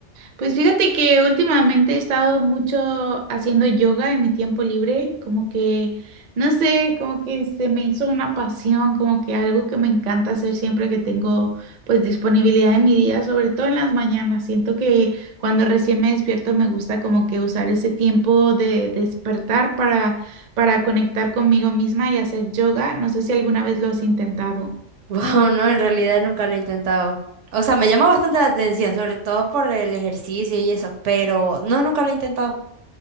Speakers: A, on the right (about 55°); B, on the right (about 80°).
A: Pues fíjate que últimamente he estado mucho haciendo yoga en mi tiempo libre, como que, no sé, como que se me hizo una pasión, como que algo que me encanta hacer siempre que tengo pues disponibilidad en mi día, sobre todo en las mañanas. Siento que cuando recién me despierto me gusta como que usar ese tiempo de despertar para, para conectar conmigo misma y hacer yoga. No sé si alguna vez lo has intentado.
B: Wow, no, en realidad nunca lo he intentado. O sea, me llama bastante la atención, sobre todo por el ejercicio y eso, pero no, nunca lo he intentado.